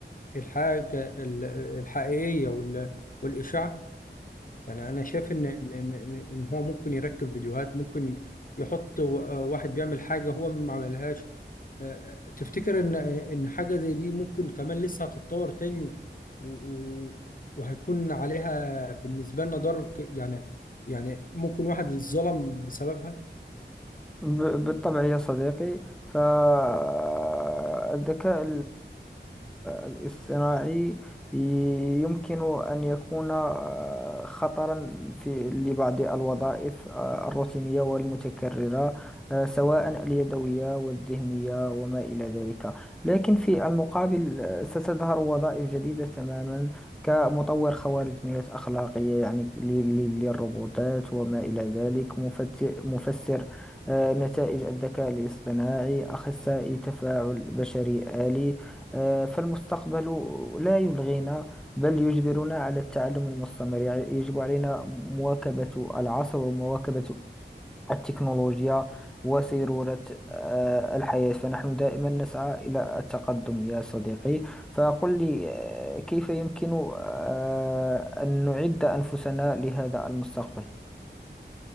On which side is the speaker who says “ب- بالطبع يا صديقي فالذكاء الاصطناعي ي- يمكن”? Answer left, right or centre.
Centre